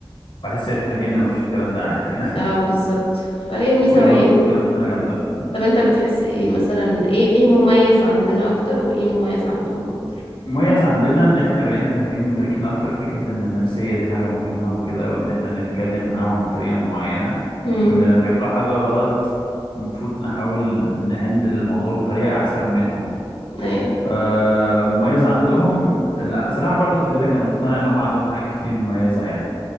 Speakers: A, on the left; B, on the left.
A: بحس احنا جيلنا مفيش الكلام ده عادي يعني
B: اه
A: <laughs>
B: بالظبط فهي ميزة
A: ودي
B: وعيب
A: برضو مشكلة عندنا جامدة
B: طب انت بتحس ايه مثلا ايه ايه مميز عندنا اكتر وايه مميز عندهم اكتر
A: مميز عندنا ان احنا بقينا فاهمين مدركين اكتر فكرة ان النفسية دي حاجة مهمة وكده وان احنا نتكلم معاهم بطريقة معينة
B: امم
A: وان لما يعملوا حاجة غلط المفروض نحاول نهندل الموضوع بطريقة احسن منهم
B: ايوه
A: آه مميز عندهم لا بصراحة برضو خدي بالك انا مقتنع ان هم عندهم حاجات كتير مميزة يعني